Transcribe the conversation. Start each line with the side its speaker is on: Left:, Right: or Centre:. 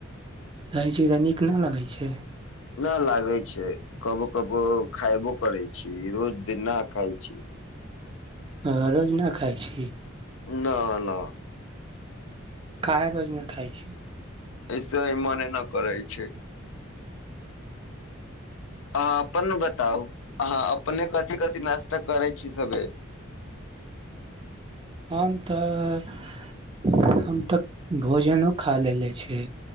Right: दही-चूरा नीक नहि लगै छै?
Left: नहि लागै छै कबो कबो खायबो करै छी रोज दिन नहि खाय छी।
Right: ह रोज न खाय छी?
Left: न न
Right: काहे रोज नहि खाय छी?
Left: ऐसा ही मने न करै छै। अहाँ अपन ने बताउ अहाँ अपने कथी कथी नाश्ता करै छी सवेर?
Right: हम तऽ हम तऽ भोजनो खा लेले छिय